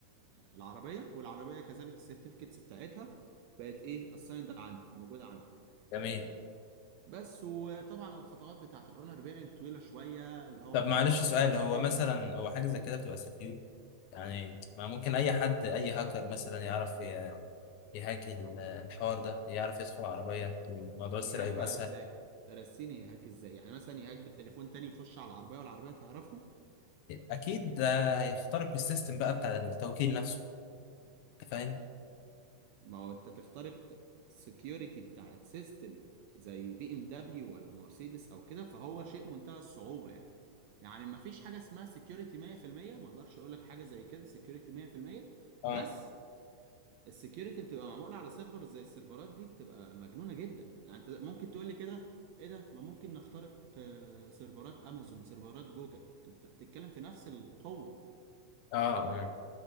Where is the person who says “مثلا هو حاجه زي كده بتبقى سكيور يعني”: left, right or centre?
Left